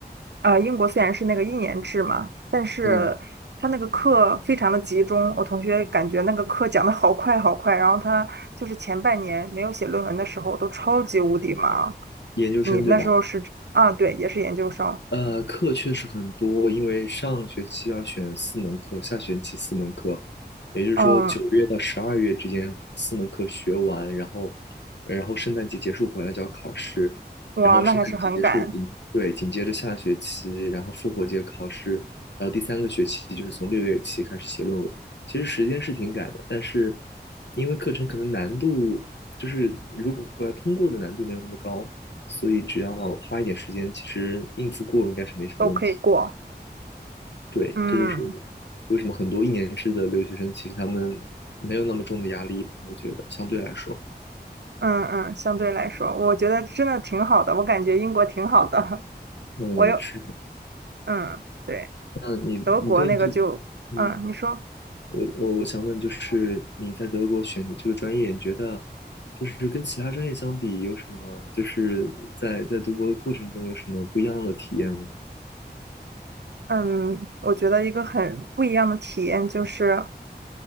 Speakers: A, on the right; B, on the left.
A: 啊，英国虽然是那个一年制嘛，但是他那个课非常的集中。
B: 嗯
A: 我同学感觉那个课讲的好快好快，然后他就是前半年没有写论文的时候都超级无敌忙。
B: 研究生对吧？
A: 你那时候是啊，对，也是研究生，
B: 呃，课确实很多，因为上学期要选四门课，下学期四门课，也就是说九月到十二月之间四门课学完，
A: 嗯，
B: 然后，然后圣诞节结束回来就要考试，
A: 哇，
B: 然后圣诞节结束紧，
A: 那还是很赶，
B: 对，紧接着下学期，然后复活节考试，然后第三个学期就是从六月起开始写论文。其实时间是挺赶的，但是因为课程可能难度就是如果要通过的难度没有那么高。所以只要花一点时间，其实应付过应该是没什么问题。
A: 都可以过，
B: 对，
A: 嗯
B: 这就是为什么很多一年制的留学生，其实他们没有那么重的压力吧，我觉得相对来说，
A: 嗯嗯，相对来说，我觉得真的挺好的，我感觉英国挺好的，<laughs>
B: 嗯，
A: 我有，
B: 是的。
A: 嗯。对。
B: 那你你对你这个，
A: 德国那个就，
B: 嗯，
A: 嗯，你说，
B: 我我我想问，就是你在德国选你这个专业，你觉得就是跟其他专业相比，有什么就是在在读博的过程中有什么不一样的体验吗？
A: 嗯，我觉得一个很不一样的体验就是，